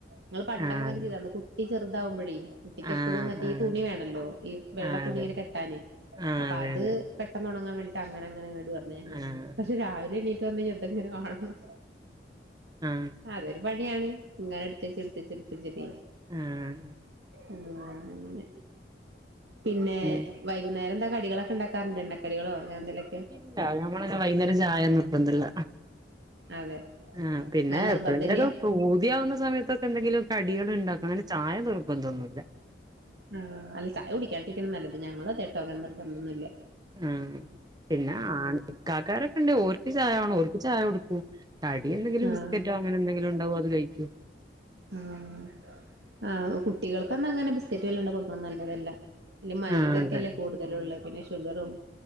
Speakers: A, on the right; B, on the right.
A: നിങ്ങൾ പണ്ടൊക്കെ
B: ആഹ്
A: അങ്ങനെ ചെയ്താന്ന് കുട്ടി ചെറുതാവുമ്പഴേ കുട്ടിക്ക് എപ്പഴും
B: ആഹ്
A: മറ്റേ
B: ആഹ്
A: ഈ തുണി വേണല്ലോ ഈ വെള്ള
B: ആഹ്
A: തുണി
B: അതെ
A: ഇങ്ങനെ കെട്ടാന്
B: ആഹ്
A: അപ്പ
B: അതെ
A: അത്
B: അതെ
A: പെട്ടെന്ന് ഒണങ്ങാൻ വേണ്ടിട്ട് അങ്ങനങ്ങന ഇട് പറഞ്ഞു ഞങ്ങള്
B: ആഹ്
A: പക്ഷെ രാവിലെ എണീറ്റ് വന്ന കഴിഞ്ഞ് ഇതിങ്ങനെ കാണണം
B: ആഹ്
A: അതൊരു പണിയാണ് ഇങ്ങനെ എടുത്തിച്ച് എടുത്തിച്ച് എടുത്തിച്ചിട്ട്
B: ആഹ്
A: ഉം ആഹ് അങ്ങനെ പിന്നെ
B: ഉം
A: വൈകുന്നേരം എന്താ കടികളൊക്കെ ഇണ്ടാക്കാറുണ്ട് എണ്ണ കടികളോ അങ്ങനെ എന്തെലോക്കെ
B: <unintelligible> ഞമ്മലങ്ങനെ വൈകുന്നേരം ചായാ നിർബന്ധല്ല
A: അതെ
B: ആഹ് പിന്നെ
A: അങ്ങനെ നിർബന്ധല്ല
B: എപ്പളെങ്കിലുക്കെ പൂതിയാവുന്ന സമയത്തൊ തെന്തെങ്കിലും കടികള് ണ്ടാക്കും അങ്ങനെ ചായ നിർബന്ധന്നുല്ല
A: ആഹ് അല്ല ചായ കുടിക്കാണ്ടിരിക്ണ നല്ലത് ഞങ്ങളോ തെട്ടോക്കെ അങ്ങനെ നിർബന്ധന്നുല്ല
B: ഉം പിന്നെ ആൺ ഇക്കാക്കാരൊക്കെ ണ്ട് ഓൽക്ക് ചായ വാണം ഓൽക്ക് ചായ കൊടുക്കൂ കടി എന്തെങ്കിലും
A: ആഹ്
B: ബിസ്ക്കറ്റോ അങ്ങനെ എന്തെങ്കിലും ഉണ്ടാവു അത് കഴിക്കു
A: ആഹ് ആ കുട്ടികൾക്കൊന്ന അങ്ങനെ ബിസ്ക്കറ്റ് വല്ലാണ്ട് കൊടുക്കണ നല്ലതല്ല അയില് മൈദൊക്കെ
B: ആഹ് അതെ
A: അല്ലേ കൂടുതലുള്ള പിന്നെ ഷുഗറും